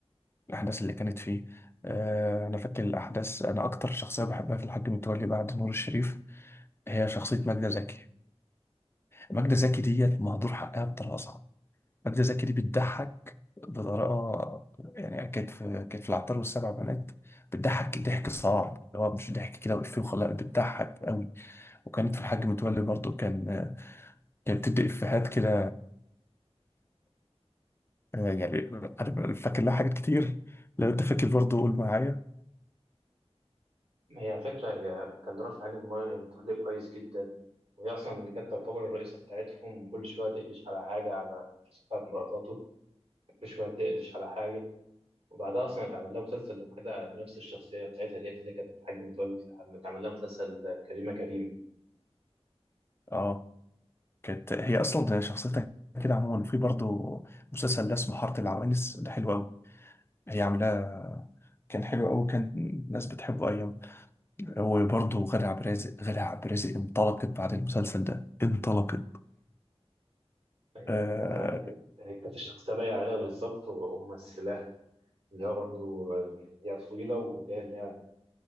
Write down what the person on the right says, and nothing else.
ما هي على فكره هي كان رافع علي المايو متولي كويس جدا وهي اصلا اللي كانت تعتبر الرئيسه بتاعتهم وكل شويه تقلش على حاجه على بتاعت مراتاته كل شويه تقلش على حاجه وبعدها اصلا اتعمل لها مسلسل لوحدها بنفس الشخصيه بتاعتها ديت اللي كانت الحاج متولي اتعمل لها مسلسل كريمه كريم
هي
هي كانت الشخصيه لايقه عليها بالظبط و- وممثلاها اللي هو برضه هي طويله وجايه اللي